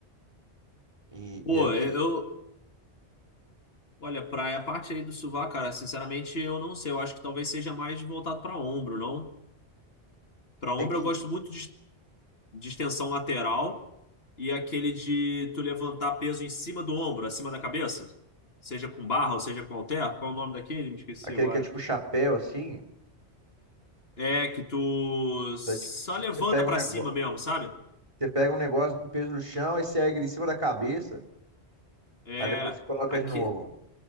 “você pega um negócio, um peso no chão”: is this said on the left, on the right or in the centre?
Right